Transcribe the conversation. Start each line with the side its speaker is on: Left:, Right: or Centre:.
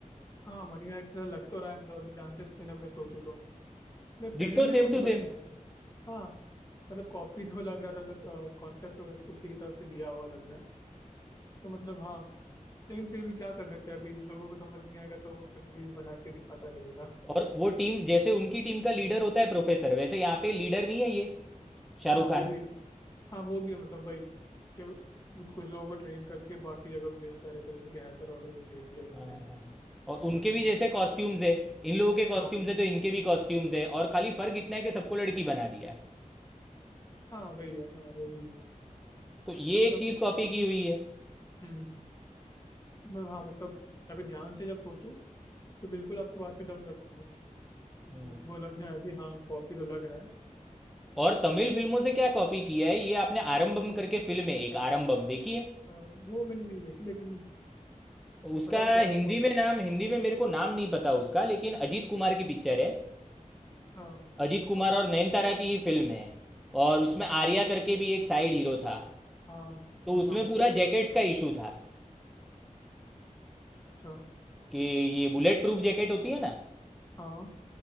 Left: हाँ मनी हाइस्ट तो लग तो रहा है मतलब अभी ध्यान से ना मैं सोचूं तो मैं पहले
Centre: Ditto
Left: मेरे
Centre: same
Left: को समझ
Centre: to same
Left: में आया था हाँ मतलब कॉपी तो लग रहा था मतलब कॉन्सेप्ट तो उस- उसी की तरफ से लिया हुआ लग रहा है तो मतलब हाँ लेकिन फिर भी क्या कर सकते हैं अभी लोगों को समझ नहीं आएगा तो वो कुछ भी बना के दिखाता रहेगा
Centre: और वो टीम जैसे उनकी टीम का लीडर होता है प्रोफेसर वैसे यहाँ पे लीडर नहीं है ये शाहरुख
Left: हाँ वो
Centre: खान
Left: भी हाँ वो भी है मतलब वही कि कुछ लोगों को ट्रेन करके बाकी जगह भी भेजता रहता है जैसे कि हैकर वगैरह को भेज दिया इसने
Centre: हाँ हाँ और
Left: इन
Centre: उनके
Left: सबको
Centre: भी जैसे कॉस्ट्यूम्स है इन लोगों के कॉस्ट्यूम्स
Left: हाँ
Centre: है तो इनके भी कॉस्ट्यूम्स है और खाली फर्क इतना है कि सबको लड़की बना दिया है।
Left: हाँ वही है हाँ वो भी है
Centre: तो ये
Left: मतलब
Centre: एक चीज कॉपी की हुई है
Left: हम्म मतलब हाँ मतलब अभी ध्यान से जब सोचूं तो बिल्कुल आपकी बात पे दम लगती है तो
Centre: हम्म।
Left: मेरे को लग रहा है अभी हाँ कॉपी तो लग रहा है
Centre: और तमिल फिल्मों से क्या कॉपी किया है ये आपने आरंबम करके फिल्म है एक आरंबम देखी है
Left: हाँ, वो मैंने नहीं देखी लेकिन
Centre: उसका
Left: बताओ क्या
Centre: हिंदी
Left: कॉपी
Centre: में नाम
Left: है
Centre: हिंदी में मेरे को नाम नहीं पता उसका लेकिन अजीत कुमार की पिक्चर है
Left: अच्छा
Centre: अजीत कुमार
Left: ओके
Centre: और नयनतारा की ही फिल्म है और उसमें
Left: अच्छा
Centre: आर्या करके भी एक साइड हीरो था
Left: हाँ
Centre: तो
Left: हाँ
Centre: उसमें
Left: हाँ
Centre: पूरा जैकेट्स का इशू था
Left: अच्छा
Centre: कि ये बुलेट प्रूफ जैकेट होती है ना
Left: हाँ